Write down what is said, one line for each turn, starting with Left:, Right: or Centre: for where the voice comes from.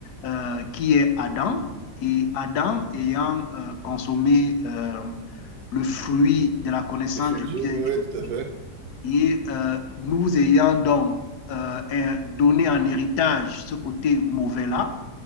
Left: euh, qui est Adam, et Adam ayant euh, consommé euh, le fruit de la connaissance
Right: Défendu,
Left: du
Right: ouais,
Left: bien et du
Right: ouais,
Left: mal,
Right: tout à fait.
Left: et euh, nous ayant donc euh, donné en héritage ce côté mauvais-là,